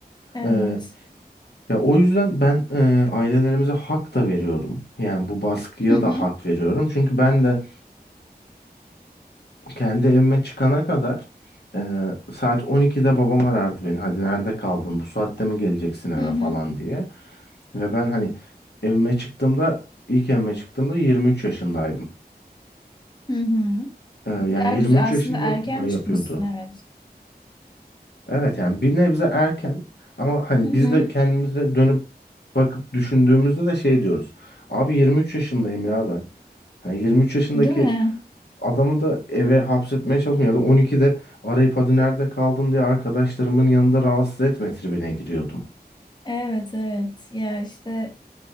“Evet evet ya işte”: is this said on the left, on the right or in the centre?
Left